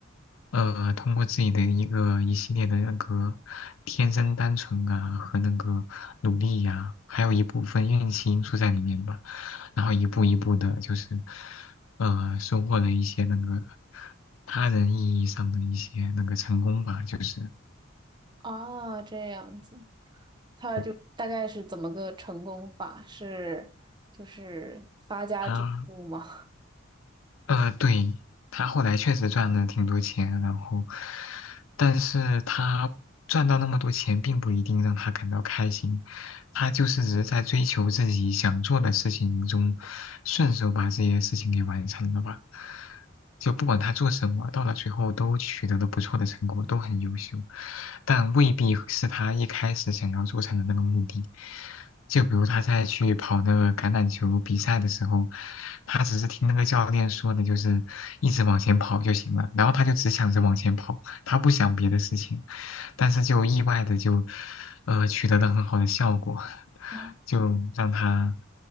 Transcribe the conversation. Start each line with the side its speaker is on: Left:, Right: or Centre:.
Left: 呃，通过自己的一个一系列的那个天生单纯啊和那个努力呀、还有一部分运气因素在里面吧，然后一步一步的，就是呃收获了一些那个他人意义上的一些那个成功吧，就是
Right: 哦，这样子。他就大概是怎么个成功法？
Left: 对
Right: 是就是发家致富吗？
Left: 他呃，对，他后来确实赚了挺多钱，然后，但是他赚到那么多钱，并不一定让他感到开心，他就是只是在追求自己想做的事情中，顺手把这些事情给完成了吧。就不管他做什么，到了最后都取得了不错的成果，都很优秀，但未必是他一开始想要做成的那个目的。就比如他在去跑那个橄榄球比赛的时候，他只是听那个教练说的，就是一直往前跑就行了，然后他就只想着往前跑，他不想别的事情，但是就意外的就，呃，取得了很好的效果，<laughs>
Right: <laughs>
Left: 就让他，